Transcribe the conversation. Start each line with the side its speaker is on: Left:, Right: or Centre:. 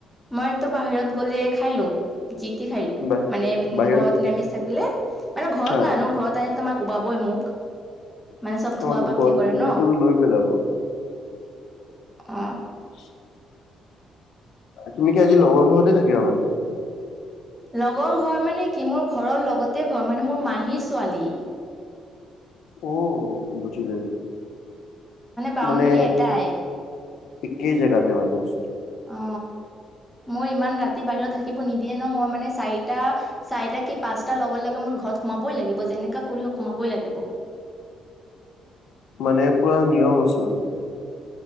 Centre: মইতো বাহিৰত গ'লে খাই লওঁ। যিটি খাই লওঁ,
Left: বাহি
Centre: মানে
Left: বাহিৰত
Centre: ঘৰত নিৰামিষ থা- কেলে মানে ঘৰত
Left: হা
Centre: নানো ঘৰত আনিলে তোমাৰ কোবাবই মোক। মানে চব
Left: অ
Centre: ধোৱা
Left: তো
Centre: পাকলি
Left: ঘৰত
Centre: কৰে ন,
Left: এইটো লৈ পেলাব
Centre: অ।
Left: <inaudible> তুমি কি আজি লগৰ ঘৰতে থাকিবা মানে?
Centre: লগৰ ঘৰ মানে কি মোৰ ঘৰৰ লগতে ঘৰ মানে মোৰ মাহীৰ ছোৱালী।
Left: অ বুজিলো এতিয়া।
Centre: বাউণ্ডৰী
Left: মানে
Centre: এটাই
Left: একেই জেগাতে মানে ওচৰত
Centre: অ মোৰ ইমান ৰাতি বাহিৰত থাকিব নিদিয়ে ন মই মানে চাৰিটা, চাৰিটা কি পাঁচটাৰ লগে লগে মোৰ ঘৰত সোমাবই লাগিব যেনেকা কৰি হক সোমাবই লাগিব।
Left: মানে পুৰা নিয়ম আছে মানে।